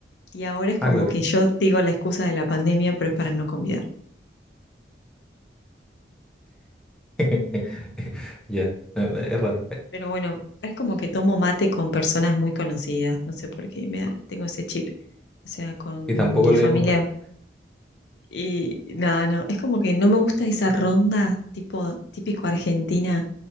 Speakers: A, on the left; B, in the centre.
A: Y ahora es
B: Ah,
A: como
B: claro.
A: que yo digo la excusa de la pandemia, pero es para no convidar.
B: <laughs> Ya, eh, es raro.
A: Pero bueno, es como que tomo mate con personas muy conocidas, no sé por qué me da, tengo ese chip, o sea, con
B: Y tampoco
A: mi
B: le
A: familia.
B: comparte.
A: Y nada, no, es como que no me gusta esa ronda tipo típico argentina